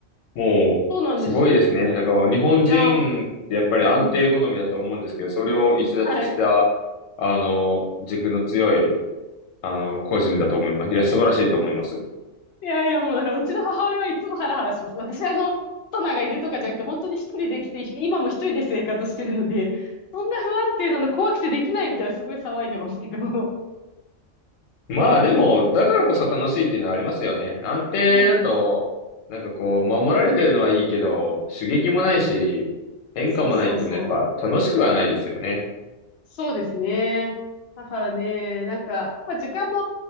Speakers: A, on the left; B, on the left.
A: もう、
B: そうなんです。
A: すごいですね。なんか、日本人ってやっぱり安定好みだと思うんですけど、
B: いやー、うん。
A: それを逸脱した、
B: はい。
A: あの、軸の強いあの、個人だと思います。いや、素晴らしいと思います。
B: いやいや、もうだから、うちの母親はいつもハラハラします。私、あの、パトナがいるとかじゃなくて、本当に一人で来て、今も一人で生活してるので、そんな不安定なの怖くてできないみたいな、すごい騒いでますけど。
A: まあでも、だからこそ楽しいっていうのはありますよね。安定だと、
B: うん。
A: なんかこう、守られてるのはいいけど、刺激もないし、
B: うん。
A: 変化もないっていうのはやっぱ楽しくはないですよね。
B: そうそうそう。そうですね。だからね、なんか、やっぱ時間も、